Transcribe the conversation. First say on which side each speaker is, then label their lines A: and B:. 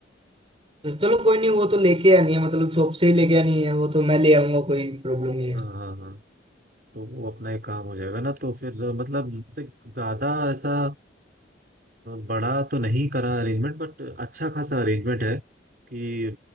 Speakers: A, on the right; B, on the right.
A: तो चलो कोई नहीं वो तो लेके आनी है मतलब शॉप से ही लेके आनी है वो तो मैं ले आऊंगा कोई प्रॉब्लम नहीं है
B: हाँ हाँ हाँ तो वो अपना एक काम हो जाएगा ना तो फिर मतलब देख, ज्यादा ऐसा अ, बड़ा तो नहीं करा अरेंजमेंट बट अच्छा खासा अरेंजमेंट है कि